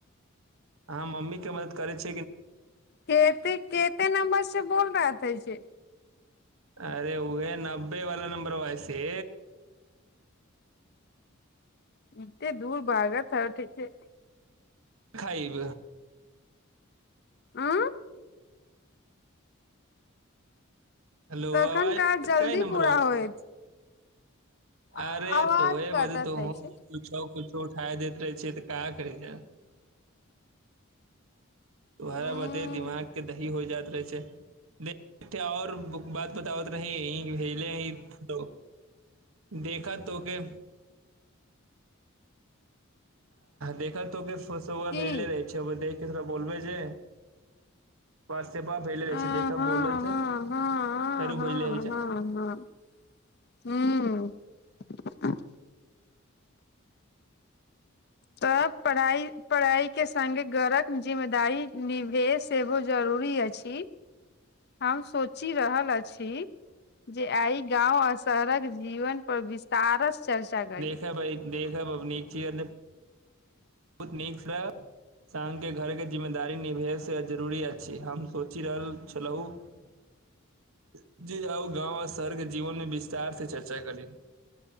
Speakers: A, on the right; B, on the left.
A: आहाँ मम्मी के मदद करै छी
B: केते केते नम्बर से बोल रहा था जे
A: अरे उह नब्बे वाला नम्बरबा से
B: एते दूर भागत ह ओठै छै
A: खइब
B: आँ
A: हेलो
B: तखन
A: आवाज
B: काज जल्दी
A: क नंबर
B: पूरा
A: व
B: होयत
A: से
B: आवाज
A: अरे त ए
B: कटत
A: बध त
B: हइ
A: ह
B: छै
A: कछो उठााय दैत रहे छिय तऽ कहाँ करी जा तोहरा
B: उ
A: बते दिमाग के दही होइ जाइत रहै छै देखठेऔर बात बताओत भेले हइ तो देखअ तोहके देखअ तोहके पंसौआ
B: की
A: भेले रहै छै व देख के थोड़ा बोलबै जे व्हाट्सऐपा भेजले
B: आ
A: रहै छै देखह
B: हँ
A: बोलल
B: हँ
A: छै
B: हँ
A: फेरो
B: हँ
A: भेजले रहै छै
B: हँ हँ हँ हू <inaudible> तऽ पढ़ाई पढ़ाई के संगे घरक जिम्मेदारी निवेश एगो जरू जरूरी अछि हम सोचि रहल अछि जे आइ गाँव आ शहरक जीवन पर विस्तारस चर्चा करी
A: देखब देखब अब नीचे आर नै बहुत नीकसँ सामके घरके जिम्मेदारी निभेसँ जरूरी अछि हम सोचि रहल छलहुँ <inaudible> जे आउ गाँव आ शहरके जीवन मे विस्तार से चर्चा करी